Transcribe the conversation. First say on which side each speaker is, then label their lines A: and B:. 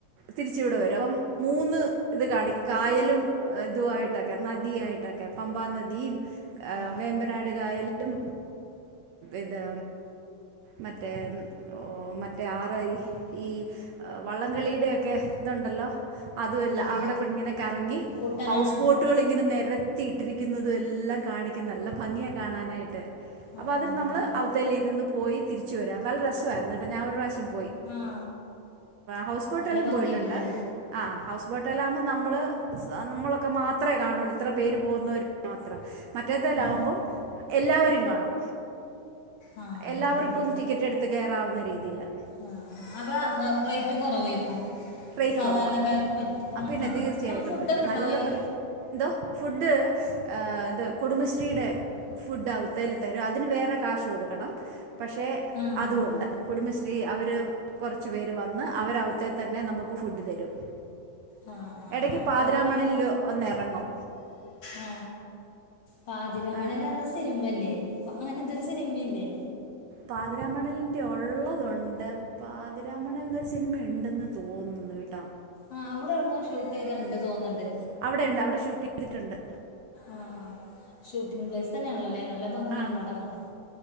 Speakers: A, on the right; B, on the left.
A: തിരിച്ച് ഇവടെ വെരു. അപ്പം മൂന്ന് ഇത് കാണിക്കും. കായലും ഇതു വായിട്ടൊക്കെ നദിയായിട്ട് ഇതെക്കെ പമ്പ നദിം
B: ആ
A: വേമ്പര ഇതാണ്ട് കായല്ലും ഇത്. മറ്റെ ഒ മറ്റെ ആറ് <unintelligible> ഈ വള്ളം കളിയുടെ ഒക്കെ ഇതുണ്ടല്ലൊ. അതുവല്ല
B: ഉം.
A: അവിടെ ക്കു <unintelligible> ഇങ്ങനെ കറങ്ങി
B: കുട്ടനാട്
A: ഹൗസ് ബോട്ടുകള് ഇങ്ങനെ നെരത്തി ഇട്ടിരിക്കുന്നു. ന്നതും എല്ലാം കാണിക്കും. നല്ല ഭംഗ്യ കാണാനായിട്ട്.
B: ആ
A: അപ്പൊ അതിന്
B: അതെയോ
A: നമ്മള് അവിത്തയ്ൽ ഇരുന്ന് പോയി തിരിച്ചു വരാ. നല്ല രസവായിരുന്നു കെട്ടാ ഞാൻ ഒരു പ്രാവശ്യം പോയി.
B: ആ
A: ഹൗസ് ബോട്ടേല്ലും
B: നല്ല ഭംഗിയായിപ്പോലെ
A: പോയിട്ടുണ്ട്. ആ ഹൗസ് ബോട്ടേലാവുമ്പം നമ്മള് നമ്മളൊക്കെ മാത്രേ കാണൊള്ളൂ ഇത്ര പേര് പോകുന്ന മാത്രം മറ്റേതായാലാവുമ്പം
B: ആ
A: എല്ലാവരും കാണും.
B: ആ അത്
A: എല്ലാവർക്കും
B: ശരിയാ
A: ടിക്കറ്റ് എടുത്ത് കേറാവുന്ന രീതിയില്.
B: ആ അതാ റേയ്റ്റും കൊറവേക്കും.
A: റേറ്റ്
B: സാധാരണക്കാർക്ക്
A: കുറവാണ്
B: പറ്റ് <unintelligible>
A: അപ്പം പിന്നെ
B: ആഹ്
A: തീർച്ചയായിട്ടും
B: അപ്പൊ ഫുഡൊക്കെ
A: പറ്റും
B: ഇണ്ടാവൊ
A: നല്ല
B: അയ്ല്.
A: എന്തോ ഫുഡ് അത് കുടുംബശ്രീടെ ഫുഡ് അവ്ത്തല് തരും അതിന് വേറെ കാശ് കൊടുക്കണം പക്ഷേ
B: ആ
A: അതു
B: ഇപ്പം
A: കൊണ്ട് കുടുംബശ്രീ അവര് കൊർച്ചു പേര് വന്ന് അവരവ്ത്തെ തന്നെ നമുക്ക് ഫുഡ് തരും
B: ആ ആ
A: എടക്ക്
B: ആ
A: പാതിരാ
B: കുഴപ്പമില്ല
A: മണൽല് ഒന്നറങ്ങും
B: ആ പാതിര
A: ആ,
B: മണല് പർഞ്ഞ സിനിമയല്ലേ അങ്ങനെ എന്ദോ ഒര് സിനിമയില്ലേ
A: പാതിരാ മണൽന്റെ ഒള്ളതുണ്ട് പാതിരാ മണൽന്നൊരു സിൻമ ഉണ്ടെന്ന് തോന്നുന്നു കേട്ടാ
B: ആ അവ്ടെ എവ്ട്ന്നോ ഷൂട്ട് ചെയ്ത ഇണ്ട് തോന്ന്ണ്ട്
A: അവടെ ഇണ്ട് അവടെ ഷൂട്ട് ചെയ്തിട്ടുണ്ട്
B: ആ ആ ഷൂട്ടിംഗ് പ്ലേസ് തന്നെൺള്ളെ ലെ നല്ല ഭംഗിയാൻ
A: ആ
B: ള്ളോ അവ്ടെ കാണാൻ